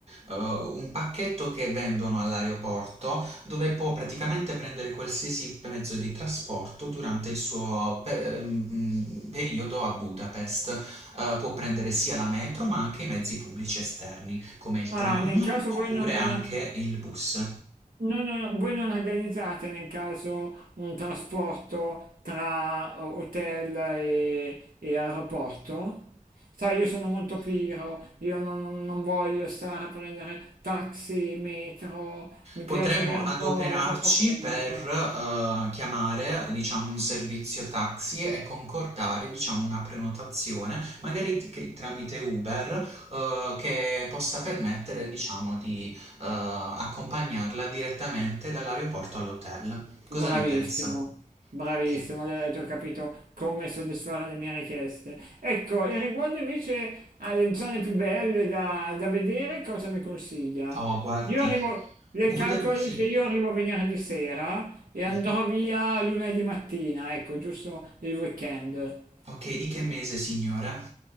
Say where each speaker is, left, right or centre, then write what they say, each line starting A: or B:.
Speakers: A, on the right (about 45°); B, on the right (about 75°).
A: eh, eh, un pacchetto che vendono all'aeroporto dove può praticamente prendere qualsiasi mezzo di trasporto durante il suo pe- mm, periodo a Budapest. Eh, può prendere sia la metro ma anche i mezzi pubblici esterni come il
B: Ah,
A: tram
B: nel caso
A: oppure
B: voi non, non-
A: anche il bus.
B: non- voi non organizzate nel caso un trasporto tra eh, hotel e, e aeroporto? Sai, io sono molto pigro, io non, non- non voglio stare a prendere taxi, metro, mi piace
A: Potremmo
B: avere
A: adoperarci
B: un po' la poppa pronta.
A: per eh, chiamare, diciamo, un servizio taxi e concordare, diciamo, una prenotazione, magari t- che- tramite Uber, eh, che possa permettere, diciamo, di eh, accompagnarla direttamente dall'aeroporto all'hotel.
B: Bravissimo,
A: Cosa ne pensa?
B: bravissimo,
A: Ok.
B: hai hai già capito come soddisfare le mie richieste. Ecco, e riguardo invece alle zone più belle da, da vedere, cosa mi consiglia?
A: Oh, guardi,
B: Io arrivo, le
A: Budapest,
B: calcoli
A: sì.
B: che io arrivo venerdì sera e andrò
A: Mhm.
B: via lunedì mattina, ecco, giusto il weekend.
A: Ok, di che mese, signora?